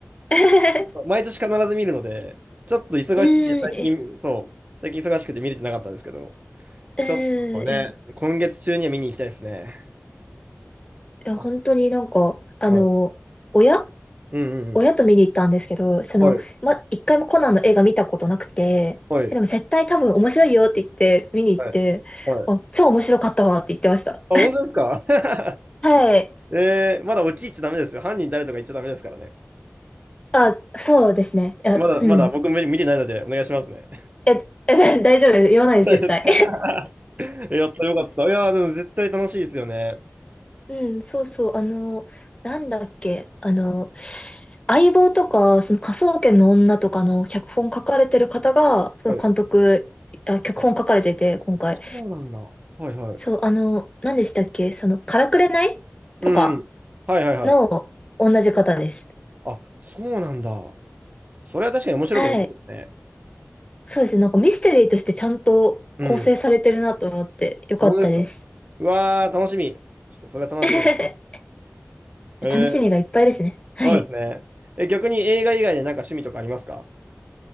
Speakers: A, on the left (about 20°); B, on the right (about 35°).
A: <laughs>
B: 毎年必ず見るので、ちょっと忙しすぎて最近、
A: うーん、え
B: そう、最近忙しくて見れてなかったんですけど。
A: うーん、
B: ちょっとね、
A: いや、い
B: 今月中には見に行きたいですね。
A: や、
B: あ、
A: 本当になんか、あの、
B: はい。
A: 親
B: うんうんうん。
A: 親と見に行ったんですけど、その、
B: はい、
A: ま、一回もコナンの映画見たことなくて、
B: はい、
A: え、でも絶対多分面白いよって言って見に行って、
B: はい、はい。
A: あ、超面白かったわって言ってました。
B: あ、本当ですか
A: はい。
B: <laughs> えー、まだ落ち入っちゃダメですよ。犯人誰とか言っちゃダメですからね。
A: あ、そうですね。いや、
B: まだ、
A: うん。
B: まだ僕見見てないのでお願いしますね。
A: いや、いや大丈夫です。言わないです、
B: <laughs> やったよかった。
A: 絶対。
B: いやー、でも絶対楽しいですよね。
A: うん、そうそう、あの、なんだっけ、あの、相棒とか、その科捜研の女とかの脚本書かれてる方が、その監督、
B: はい。
A: あ、脚本書かれてて、
B: あ、
A: 今回。
B: そうなんだ。はいはい。
A: そう、あの、何でしたっけ、その、からくれないとか
B: うんうん。はいはいはい。
A: の同じ方です。
B: あ、そうなんだ。それは確かに面白くなるですね。
A: はい。そうですね、なんかミステリーとしてちゃんと構成されてるなと思って、
B: うん。
A: よかったです。
B: あ本当ですか。うわー、楽しみ。ちょっとそれは楽しみ。
A: <laughs>
B: えー、
A: 楽しみがいっぱいですね。はい。
B: そうですね。え、逆に映画以外でなんか趣味とかありますか